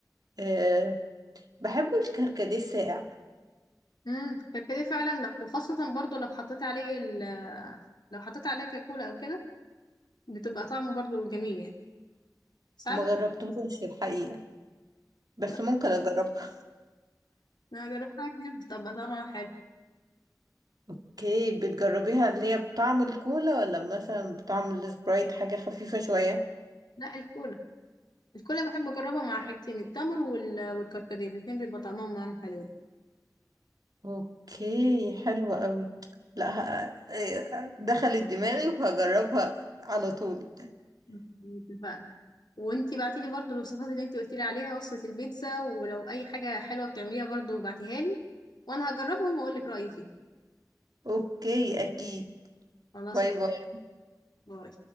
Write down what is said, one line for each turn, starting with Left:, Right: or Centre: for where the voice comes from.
Right: أه بحب الكركديه الساقع
Left: امم كركديه فعلا لو وخاصة برضو لو حطيت عليه ال لو حطيت عليه كاكولا او كده بتبقى طعمه برضو جميل يعني ساعات
Right: ما جربتهوش
Left: بحب-
Right: الحقيقة بس
Left: لا،
Right: ممكن أجربها
Left: انا جربت حاجة كتير بتبقى طعمها حلو
Right: اوكي بتجربيها اللي هي بطعم الكولا ولا مثلا بطعم السبرايت حاجة خفيفة شوية
Left: لا الكولا الكولا بحب اجربها مع حاجتين التمر وال... والكركديه الاتنين بيبقى طعمهم معاهم حلو
Right: اوكي حلوة قوي لا ه- آه، آه، دخلت دماغي وهجربها على طول
Left: مم. اتفقنا وانتي بعتيلي برضو الوصفات اللي انتي قلتيلي عليها وصفة البيتزا ولو اي حاجة حلوة بتعمليها برضو بعتيها لي وانا هجربهم واقولك رأيي فيه
Right: اوكي اكيد
Left: خلاص
Right: باي باي
Left: باي